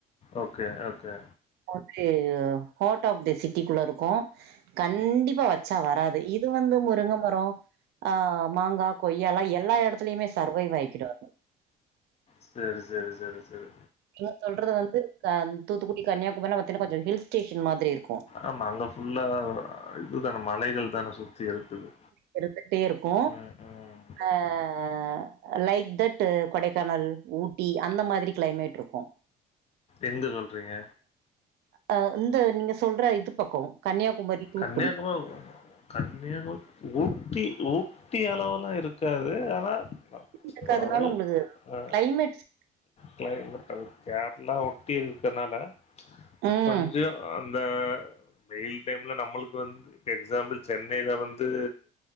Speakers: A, on the left; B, on the right.
A: okay okay
B: okay hot of this city குல இருக்கோ கண்டிப்பா ப்ப வெச்சா வராது. இது வந்து முருங்க மரோ ஆ மாங்கா கொய்யால்லா எல்லா எடத்துலையுமே சர்வைவ் ஆக்கிடும்
A: சேரி சேரி சேரி சேரி
B: நீங்க சொல்றது வந்து க தூத்துக்குடி கன்னியாகுமரி பாத்தீன்னா கொஞ்சோ ஹில்ஸ் ஸ்டேஷன் மாதிரி இருக்கு.
A: ஆமா அங்க ஃபுல்லா அ இதுதான மலைகள் தான சுத்தி இருக்குது
B: இருந்துட்டே இருக்கு.
A: ம் ம்
B: அ அ அ அ அ அ அ அ அ லைக் தட்டு கொடைக்கானல் ஊட்டி அந்த மாதிரி க்ளைமேட் ருக்கு.
A: எங்க சொல்றீங்க
B: அ இந்த நீங்க சொல்ற இது பக்கோ கன்னியாகுமரி தூத்துக்குடி
A: கன்னியாகுமோ கன்னியாகம ஊட்டி ஊ ட்டிய அளவுல்லாம் இருக்காது ஆனா
B: இருக்கதுனால
A: ஓரளவு
B: உங்களுக்கு
A: அ
B: கிளைமேட்ஸ்
A: கிளைமட் அது கேரளா ஒட்டி இருக்கனால
B: ம்
A: கொஞ்ச அந்த வெயில் டைம் ன்னு நம்மளுக்கு வந்து எக்ஸாம்பிள் சென்னைல வந்து